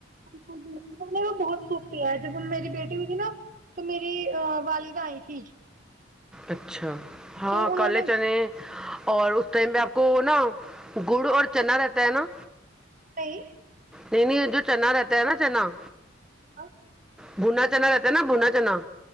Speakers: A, on the right; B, in the centre.
A: بالکل بالکل میں نے وہ بہت سوکھ کیا ہے جب میری بیٹی ہوئی تھی نا تو میری والدہ آئی تھی
B: اچھا ہاں
A: تو انہوں
B: کل
A: نے
B: چنے اور اس ٹائم میں آپ کو نا گڑ اور چنا رہتا ہے نا
A: نہیںئی
B: نہیں نہیں جو چنا رہتا ہے نا چنا
A: آ <inaudible>
B: بنا چنا نا بنا چنا